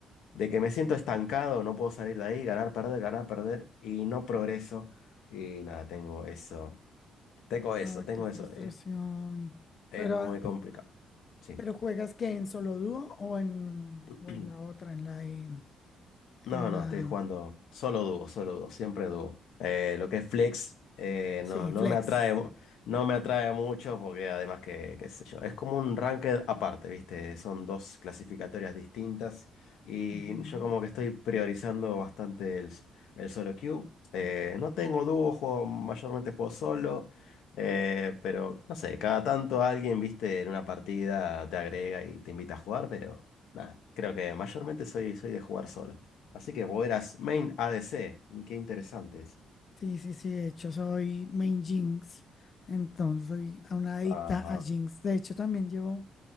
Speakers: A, on the left; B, on the left.
A: de que me siento estancado, no puedo salir de ahí, ganar, perder, ganar, perder, y no progreso. Y nada, tengo eso, tengo eso,
B: Ay,
A: tengo
B: qué frustración.
A: eso. eh, es
B: Pero,
A: muy
B: ah,
A: complicado.
B: ju-
A: Sí.
B: pero juegas que en solo dúo o en,
A: <clears throat>
B: o en la otra, en la de-
A: No,
B: en
A: no,
B: la,
A: estoy jugando solo dúo, solo dúo, siempre dúo. Eh, lo que es flex eh,
B: sí,
A: no, no
B: flex.
A: me atrae, mu- no me atrae mucho porque además que, qué sé yo, es como un ranked aparte, ¿viste? Son dos clasificatorias distintas y
B: Ujú.
A: yo como que estoy priorizando bastante el, s- el solo queue. Eh, no tengo dúo, juego, mayormente juego solo, eh, pero no sé, cada tanto alguien, ¿viste? En una partida te agrega y te invita a jugar, pero nada, creo que mayormente soy, soy de jugar solo. Así que vos eras main ADC. Qué interesante eso.
B: Sí, sí, sí, de hecho soy main Jinx, entonces soy a una adicta
A: Ajá.
B: a Jinx. De hecho también llevo,